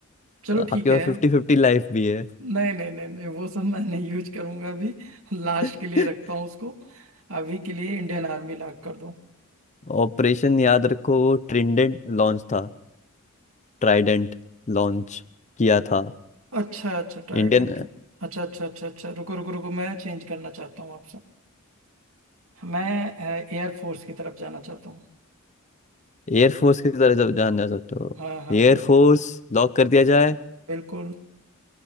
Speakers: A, on the right; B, on the left.
A: चलो ठीक
B: आपके
A: है
B: पास फिफ्टी फिफ्टी लाइफ भी है
A: नहीं नहीं नहीं नहीं वो सब मैं नहीं यूज करूंगा अभी लास्ट
B: <laughs>
A: के लिए रखता हूँ उसको अभी के लिए इंडियन आर्मी लॉक कर दो
B: ऑपरेशन याद रखो वो ट्रिडेंट लॉन्च था ट्राइडेंट लॉन्च किया था
A: अच्छा अच्छा ट्राइडेंट
B: इंडियन
A: अच्छा अच्छा अच्छा अच्छा रुको रुको रुको मैं चेंज करना चाहता हूँ आपसे मैं एयरफोर्स की तरफ जाना चाहता हूँ
B: एयरफोर्स की तरह जब जानना सकते हो
A: हाँ हाँ
B: एयरफोर्स
A: हाँ
B: लॉक कर दिया जाए
A: बिल्कुल